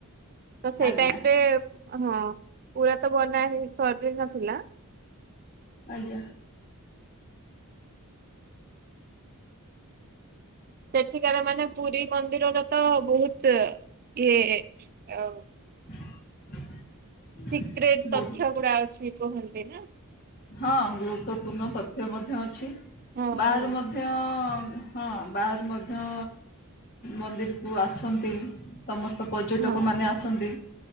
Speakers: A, on the right; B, on the left.
A: ତ ସେଇ
B: ଆଜ୍ଞା
A: ଟାଇମରେ ହଁ ପୁରା ତ ବନା ହେଇ ସାରିନଥିଲା।
B: ଆଜ୍ଞା
A: ସେଠିକାର ମାନେ ପୁରୀ ମନ୍ଦିରର ତ ବହୁତ ଏ ଆଉ
B: <inaudible>
A: ସିକ୍ରେଟ
B: ବହୁତ
A: ତଥ୍ୟ ଗୁଡା ଅଛି କୁହନ୍ତି ନା।
B: ହଁ ଗୁରୁତ୍ୱପୂର୍ଣ୍ଣ ତଥ୍ୟ ମଧ୍ୟ ଅଛି,
A: ହଁ
B: ବାହାରୁ
A: ହଁ
B: ମଧ୍ୟ ହଁ ବାହାରୁ ମଧ୍ୟ ମନ୍ଦିରକୁ ଆସନ୍ତି ସମ ତ ପର୍ଯ୍ୟଟକମାନେ
A: ହଁ
B: ଆସନ୍ତି।